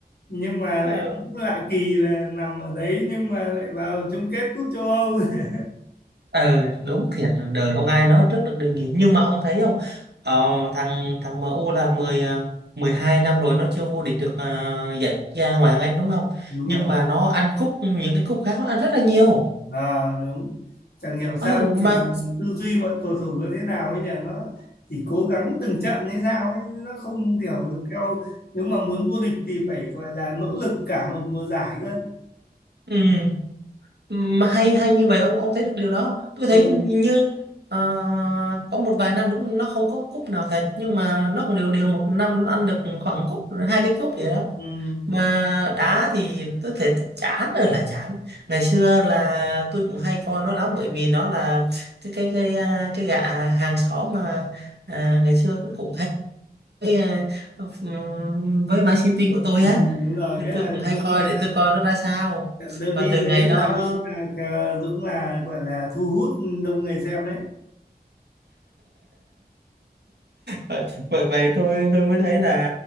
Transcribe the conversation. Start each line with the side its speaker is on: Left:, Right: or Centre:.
Left: nhưng mà lại
Right: Ờ,
Left: cũng lạ kỳ là nằm ở đấy nhưng mà lại vào chung kết cúp châu Âu <laughs>
Right: ừ đúng thiệt đời không ai nói trước được điều gì nhưng mà ông thấy không ờ, thằng thằng MU là mười ờ, 12 năm rồi nó chưa vô địch được ờ, giải quốc gia ngoại hạng Anh đúng không
Left: đúng
Right: nhưng
Left: rồi
Right: mà nó ăn cúp những cái cúp khác nó ăn rất là nhiều
Left: À, đúng chẳng hiểu sao
Right: ừ, mà
Left: mà tư duy bọn cầu thủ nó thế nào ấy nhỉ nó chỉ cố gắng từng trận hay sao ấy nó không kiểu theo nếu mà muốn vô địch thì phải gọi là nỗ lực cả một mùa giải cơ
Right: ừ, mà hay hay như vậy ông ông thấy được điều đó không? tôi
Left: ừ,
Right: thấy hình như ờ, có một vài năm đúng nó không có cúp nào thật nhưng mà nó cũng đều đều một năm nó ăn được khoảng cúp hai cái cúp vậy đó
Left: ừ,
Right: mà đá thì tôi thấy t- chán rồi là chán ngày xưa là tôi cũng hay coi nó lắm bởi vì nó là cái cái cái à, cái gã hàng xóm mà à, ngày xưa cũng cũng hay với, à, ừm, với Man City của tôi
Left: ừ,
Right: á
Left: đúng rồi
Right: nên
Left: cái
Right: tôi
Left: là
Right: cũng hay
Left: cũng
Right: coi
Left: là
Right: để tôi coi nó ra sao
Left: trận derby
Right: mà từ
Left: đấy
Right: ngày
Left: là,
Right: nó
Left: cũng là Dũng là gọi là thu hút đông người xem đấy
Right: vậy vậy vậy tôi tôi mới thấy là